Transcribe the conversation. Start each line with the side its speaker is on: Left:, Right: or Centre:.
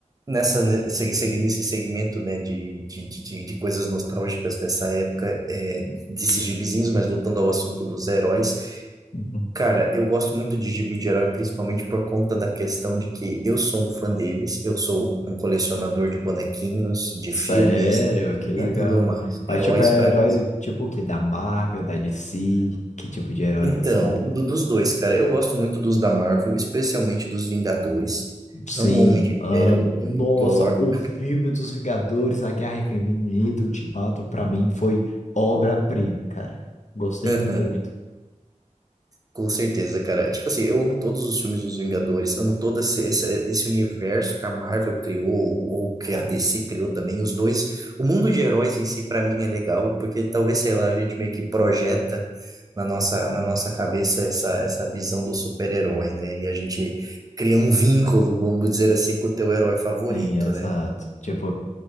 Right: Nessa, né, se- seguir nesse segmento, né, de, de, de, de de coisas nostálgicas dessa época, é, desses gibizinhos, mas voltando ao assunto dos heróis,
Left: Uhum.
Right: cara, eu gosto muito de gibi de herói, principalmente por conta da questão de que eu sou um fã deles, eu sou
Left: Uhum.
Right: um colecionador de bonequinhos, de
Left: Sério,
Right: filmes
Left: que legal.
Right: e tudo mais.
Left: Mas,
Right: Heróis
Left: tipo, é
Right: para
Left: herói,
Right: mim.
Left: tipo, o quê? Da Marvel, da DC? Que tipo de heróis,
Right: Então,
Left: assim?
Right: do- dos dois, cara, eu gosto muito dos da Marvel, especialmente dos Vingadores.
Left: Sim,
Right: Amo o Homem de
Left: amo.
Right: Ferro, amo
Left: Nossa,
Right: o Thor.
Left: o filme dos Vingadores, A Guerra Infinita, Ultimato, pra mim foi obra-prima, cara. Gostei
Right: <laughs>
Left: muito.
Right: Com certeza, cara. Tipo assim, eu amo todos os filmes dos Vingadores, amo todo esse, esse, esse universo que a Marvel criou, ou, ou que a DC criou também. Os dois, o mundo de heróis em si, pra mim, é legal, porque talvez, sei lá, a gente meio que projeta na nossa, na nossa cabeça essa, essa visão do super-herói, né? E a gente cria um vínculo, vamos dizer assim, com o teu herói favorito,
Left: Sim, exato.
Right: né?
Left: Tipo,